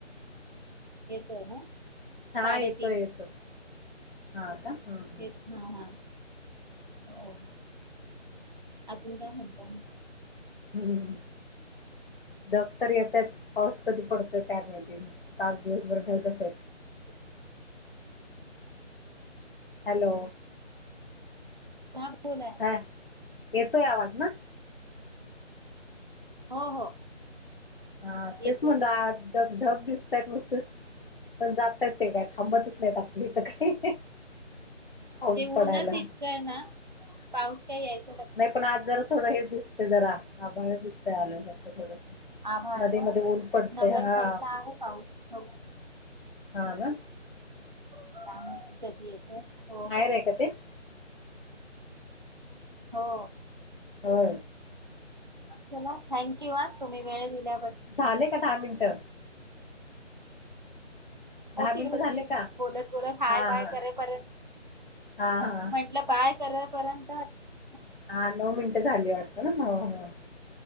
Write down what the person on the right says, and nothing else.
येतोय ना
साडेतीन
एक हा हा हो अजून काय म्हत
ह
<inaudible>
हा बोला
हो हो
येतोय
ना
ते
ऊनच इतकंय ना पाऊस काही यायच
आभाळा
ना
नगर
साइड ला आहे पाऊस हो
सांग कधी आहे हो हो
हो
चला थँक्यू हा तुम्ही वेळ दिल्या
होतील
होतील
बोलत बोलत हाय
बाय
करे परत
म्हंटलं
बाय करे पर्यंत होतील